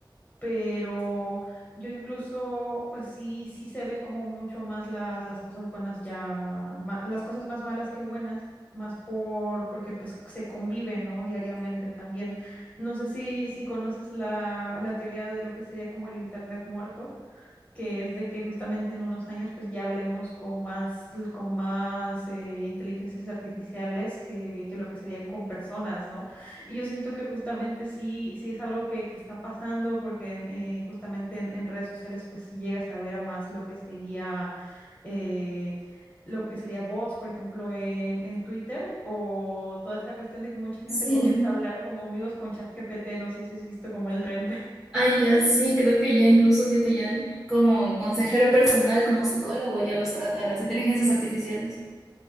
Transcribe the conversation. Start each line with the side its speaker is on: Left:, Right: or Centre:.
Left: pero yo incluso, pues sí, sí se ve como mucho más las, las cosas buenas ya, ma- las cosas más malas que buenas, más por, porque pues se convive, ¿no? Diariamente también. No sé si, si conoces la, la teoría de lo que sería como el internet muerto que es de que justamente en unos años pues ya hablemos con más, con más eh, inteligencias artificiales que, que lo que serían con personas, ¿no? Y yo siento que justamente sí, sí es algo que, que está pasando porque en, eh, justamente en, en redes sociales pues sí llegas a ver a más lo que sería... eh, lo que sería bots, por ejemplo, en, en Twitter, o toda esta cuestión de que mucha gente
Centre: Sí.
Left: comienza a hablar como amigos con ChatGPT, no sé si has visto como el trend.
Centre: Ay, ya sí, creo que ya incluso gente ya como consejero personal, como psicólogo, ya los trata las inteligencias artificiales.